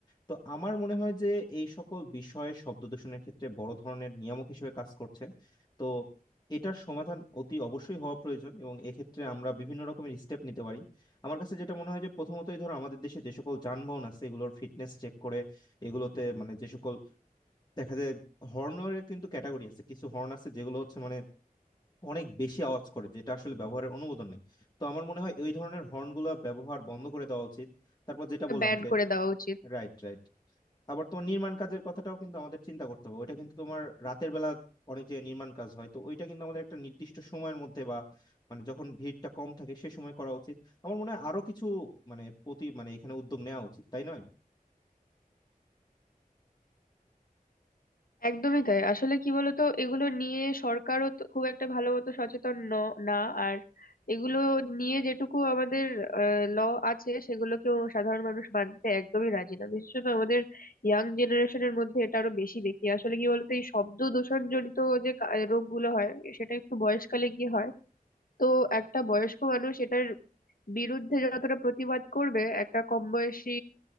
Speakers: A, on the left; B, on the left.
A: তো আমার মনে হয় যে এই সকল বিষয়ে শব্দ দূষণের ক্ষেত্রে বড় ধরনের নিয়ামক হিসেবে কাজ করছে তো এটার সমাধান অতি অবশ্যই হওয়া প্রয়োজন এবং এক্ষেত্রে আমরা বিভিন্ন রকমের স্টেপ নিতে পারি আমার কাছে যেটা মনে হয় যে প্রথমতই ধরো আমাদের দেশে যে সকল যানবাহন আছে এগুলোর ফিটনেস চেক করে এগুলোতে মানে যে সকল দেখা যায় হর্নের কিন্তু ক্যাটাগরি আছে কিছু হর্ন আছে যেগুলো হচ্ছে মানে অনেক বেশি আওয়াজ করে যেটা আসলে ব্যবহারের অনুমোদন নেই তো আমার মনে হয় ওই ধরনের হর্নগুলো ব্যবহার বন্ধ করে দেওয়া উচিত তারপর যেটা বললাম
B: ব্যান
A: যে
B: করে দেওয়া উচিত
A: রাইট রাইট আবার তোমার নির্মাণ কাজের কথাটাও কিন্তু আমাদের চিন্তা করতে হবে ওইটা কিন্তু তোমার রাতের বেলা অনেক যে নির্মাণ কাজ হয় তো ওইটা কিন্তু আমাদের একটা নির্দিষ্ট সময়ের মধ্যে বা মানে যখন ভিড়টা কম থাকে সে সময় করা উচিত আমার মনে হয় আরো কিছু মানে প্রতি মানে এখানে উদ্যোগ নেওয়া উচিত তাই নয়
B: একদমই তাই আসলে কি বলতো এগুলো নিয়ে সরকারও তো খুব একটা ভালো মতো সচেতন ন- না আর এগুলো নিয়ে যেটুকু আমাদের ল আছে সেগুলোকেও সাধারণ মানুষ মানতে একদমই রাজি না বিশেষত আমাদের ইয়াং জেনারেশনের মধ্যে এটা আরো বেশি দেখি আসলে কি বলতো এই শব্দ দূষণ জনিত যে কা- রোগগুলো হয় সেটা একটু বয়সকালে গিয়ে হয় তো একটা বয়স্ক মানুষ এটার বিরুদ্ধে যতটা প্রতিবাদ করবে একটা কম বয়সী